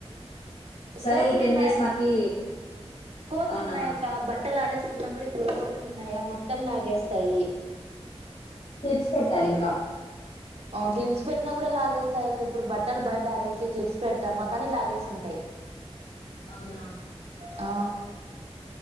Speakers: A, on the left; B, on the right.
A: సరే
B: కోతులు
A: ఈ టెన్
B: ఉన్నాయ
A: డేస్ మాకి
B: కోతులు
A: అవునా
B: ఉన్నాయాక్క బట్ట ట్టలు ఆరేసుకున్నా కూడా ఇప్పుడు కోతులు ఉన్నాయా మొత్తం లాగేస్తాయి
A: క్లిప్స్ పెట్టాలి ఇంకా
B: ఆ క్లిప్స్ పెట్టినా కూడా లాగేస్తాయి అక్క ఇప్పుడు బట్టలు బయట ఆరేసి క్లిప్స్ పెడతామా కానీ లాగేసి ఉంటాయి
A: అవునా
B: ఆ